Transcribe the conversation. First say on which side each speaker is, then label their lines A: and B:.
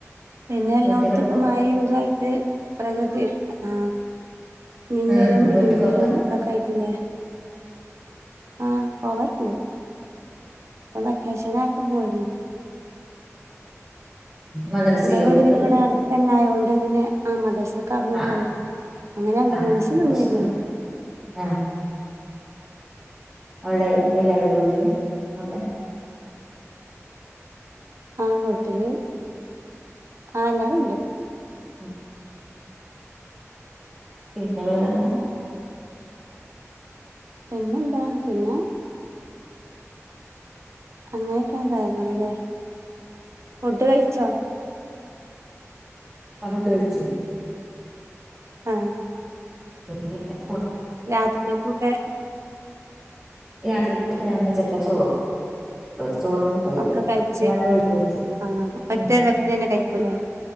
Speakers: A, on the right; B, on the right.
A: പിന്നെ എല്ലാത്തും
B: വീട്ടിലൊക്കെ
A: ഇപ്പ
B: പോ
A: മഴ എന്തുമായിട്ട് പ്രകൃതി <unintelligible> ആ നിങ്ങലും
B: ഉം വീട്ടിൽ
A: ഇടുമിഞ്ഞലും
B: പോ
A: ഇതൊക്കെ ആയിട്ടില്ലേ ആഹ് പോവറില്ലേ അപ്പൊ വെക്കയാശനക്കെ പോയിരുന്നു
B: മദ്രസയിലെ
A: എന്റെ വീട്
B: വീട്ടിക്ക്
A: പിന്നെ ഇവിടെ അടുത്ത് തന്നെ ആയതൊണ്ട് പിന്നെ ആ മദർസ് ക അടന്ന
B: ആ
A: പോരും അങ്ങനെ രണ്ട
B: ആ
A: മൂന്ന് സം
B: അപ്പൊ
A: നിന്നിരുന്നു
B: സുഖം ആ അവിടെ എല്ലാരുണ്ട് വീട്ടില് അവിടെ
A: ആ വീട്ടില് ആ എല്ലാരു ഉണ്ട്
B: ഉം പിന്നെ വേറെന്താ
A: പിന്നെന്താ പിന്നെ അങ്ങനെയൊക്കെയാണ് കാര്യങ്ങള്ലെ ഫുഡ് കഴിച്ചോ
B: അ ഫുഡ്‌ കഴിച്ച്
A: ആഹ്
B: ഓ <unintelligible>
A: രാത്രിക്കൊക്കെ
B: രാത്രിക്ക് ഞാൻ ചക്കച്ചോറ് ചോറിണ്ടതില്
A: ഒക്കെ കഴിച്ച്
B: ഞാൻ വൈയിട്ട് വെച്ച്
A: ആഹ്
B: ഉ
A: ഒറ്റ വെപ്പില് തന്നെ കഴിക്കൂലേ